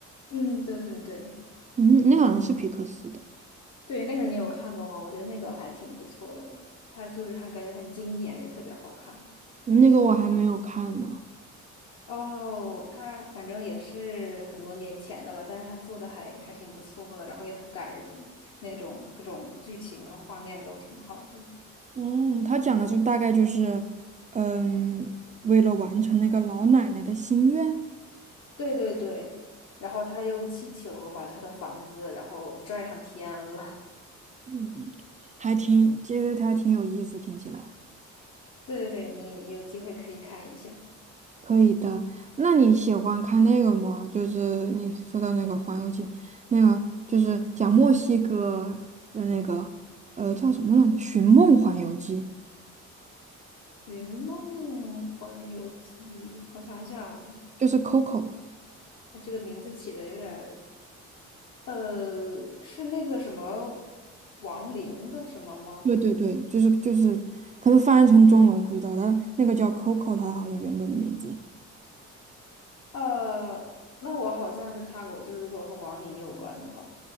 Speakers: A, on the left; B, on the right.
A: 嗯，对对对。
B: 嗯，那个好像是皮克斯的，
A: 对，那个你有看过吗？我觉得那个还挺不错的，它就是还感觉很经典，也特别好看。
B: 那个我还没有看呢。
A: 哦，它反正也是很多年前的了，但是它做的还还挺不错的，然后也很感人，那种各种剧情，然后画面都挺好的。
B: 哦，他讲的是大概就是，嗯，为了完成那个老奶奶的心愿，
A: 对对对，然后他用气球把他的房子然后拽上天了。
B: 嗯，还挺，觉得他挺有意思，听起来。
A: <laughs> 对对对，你有机会可以看一下
B: 可以的，那你喜欢看那个吗？就是你说到那个《环游记》，那个就是讲墨西哥的那个，呃，叫什么来着？《寻梦环游记》，
A: 《云梦环游记》，我想想，
B: 就是 Coco。
A: 他这个名字起的有点儿呃，是那个什么王林的什么吗？
B: 对对对，就是就是，它是翻译成中文不知道，它那个叫 Coco，它好像原本的名字。
A: 呃，那我好像是看过，就如果和王林有关的话，